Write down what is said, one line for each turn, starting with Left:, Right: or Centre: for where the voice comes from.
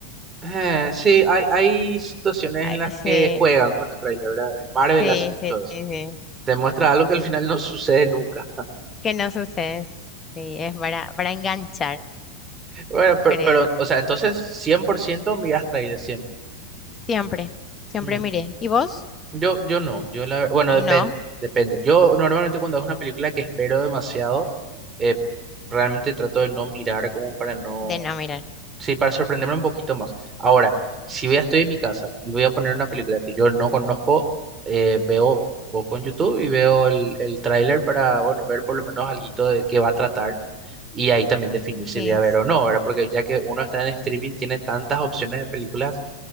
Right: Eh, sí, hay, hay situaciones
Left: Ay,
Right: en las
Left: sí,
Right: que juegan con el trailer, ¿verdad? Eh, Marvel
Left: sí,
Right: hace mucho
Left: sí,
Right: de eso.
Left: sí. sí.
Right: Te muestra algo que al final no sucede nunca. <laughs>
Left: Que no sucede. Sí, es para, para enganchar,
Right: Bueno, pero,
Left: creo.
Right: pero o sea, entonces 100% miras trailer siempre.
Left: Siempre, siempre
Right: Mm.
Left: miré. ¿Y vos?
Right: Yo, yo no, yo la, ver- bueno, depende,
Left: No,
Right: depende. Yo normalmente cuando es una película que espero demasiado, eh, realmente trato de no mirar como para no
Left: de no mirar.
Right: Sí, para sorprenderme un poquito más. Ahora, si voy a estoy en mi casa y voy a poner una película que yo no conozco, eh, veo, busco en YouTube y veo el, el tráiler para, bueno, ver por lo menos alguito de qué va a tratar y ahí también definir
Left: Sí,
Right: si voy a ver
Left: s-
Right: o no, ¿verdad? Porque ya que uno está en streaming, tiene tantas opciones de películas